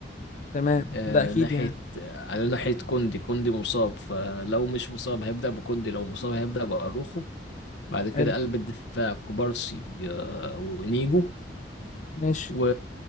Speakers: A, on the left; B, on the left.
A: تمام
B: آه،
A: ده اكيد
B: ناحية
A: يعني
B: على ناحية كوندي كوندي مصاب فلو مش مصاب هيبدأ بكوندي لو مصاب هيبدأ بأروخو بعد كده
A: حلو
B: قلب الدفاع كوبارسي آه، وانيجو
A: ماشي
B: و...